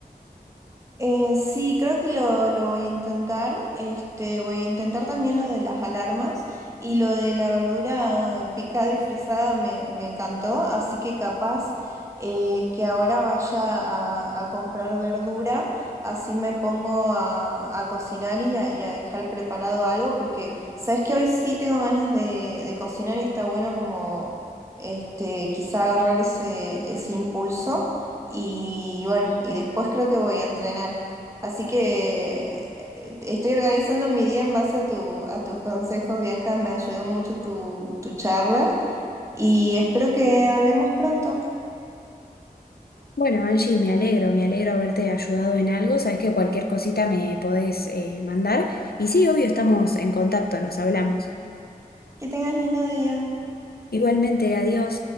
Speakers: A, on the right; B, on the left.
A: Eh, sí, creo que lo, lo voy a intentar. Este, voy a intentar también lo de las alarmas y lo de la verdura picada y frisada me, me encantó, así que capaz eh, que ahora vaya a, a comprar verdura, así me pongo a, a cocinar y a, y a dejar preparado algo, porque sabes que hoy sí tengo ganas de, de cocinar y está bueno como este, quizá agarrar ese, ese impulso. Y bueno, y después creo que voy a entrenar. Así que eh, estoy organizando mi día en base a tu, a tus consejos, Bianca. Me ayudó mucho tu, tu charla y espero que hablemos pronto.
B: Bueno, Angie, me alegro, me alegro haberte ayudado en algo. Sabes que cualquier cosita me podés eh, mandar. Y sí, obvio, estamos en contacto, nos hablamos.
A: Que tengas lindo día.
B: Igualmente, adiós.